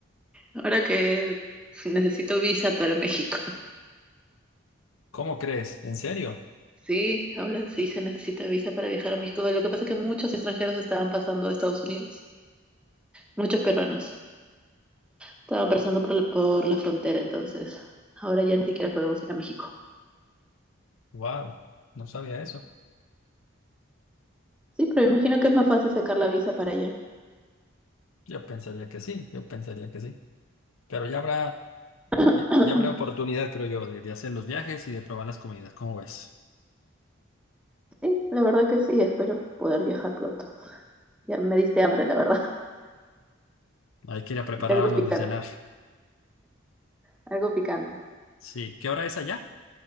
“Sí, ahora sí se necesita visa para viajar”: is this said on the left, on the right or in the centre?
Centre